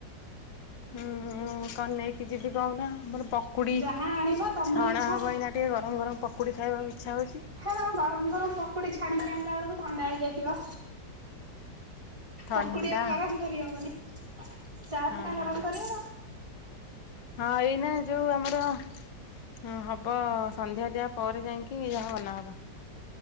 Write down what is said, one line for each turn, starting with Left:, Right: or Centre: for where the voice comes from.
Left: ହୁଁ ହୁଁ କଣ ନେଇକି ଯିବି କହୁନ? ଆମର ପକୁଡ଼ି
Right: ଯାହା ଆଣିବ ତମ
Left: ଛଣା
Right: ଇଚ୍ଛା।
Left: ହେବ ଏଇନା ଟିକେ ଗରମ ଗରମ ପକୁଡ଼ି ଖାଇବାକୁ ଇଚ୍ଛା ହଉଛି।
Right: ତମ ଗରମ ଗରମ ପକୁଡି ଛାଣିକି ଆଣିଲା ବେଳକୁ ଥଣ୍ଡା ହେଇଯାଇଥିବ।
Left: ଥଣ୍ଡା
Right: ପକୁଡି ଆଉ ଗରମ କରିହବନେଇ। ଚା
Left: ହଁ
Right: ସିନା ଗରମ କରିହବ
Left: ହଁ ଏଇନା ଯୋଉ ଆମର ହଁ ହବ ସନ୍ଧ୍ୟା ଦିଆ ପରେ ଯାଇଁକି ଯା ବନା ହବ।